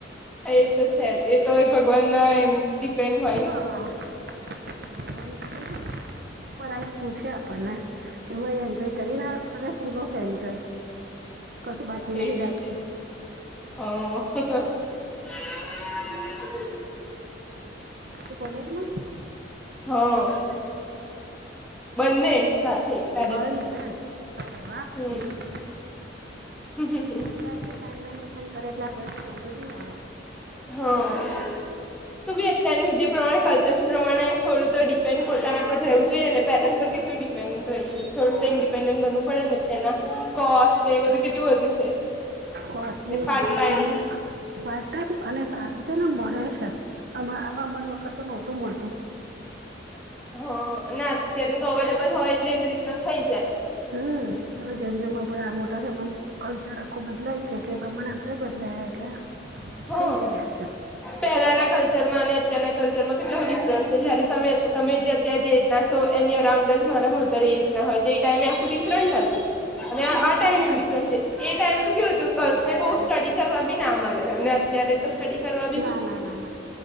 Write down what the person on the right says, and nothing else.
હા એટલે ભગવાને કીધું ઉપર આઈપુ છે આપણને. <unintelligible> કે હું એન્જોય કરીને અ ફૂલ ઓફ એન્જોય કશું બાકી નહી
રાખ્યું.
તું કોલેજમાં છે?
બન ને અરે વાહ
ગુડ
તો અ ટાઈમ મેનેજમેન્ટ કરે એટલે વાંધો નહીં હવે.
કોસ્ટ બી
વધ્યું
છે પાર્ટ ટાઈમ અને સારું છે ને મળે છે આપ અમર વખત તો નહોતું મળતું.
હમ, એ જેમ જેમ આપડે આ મોટા છે એમમ- કલ્ચર આખું બદલાય છે એલે પ્રમાણે આપણે બદલાય એટલે,
થઈ જાય એડજસ્ટ
ડિફરન્ટ
જ
ના ના ના ના,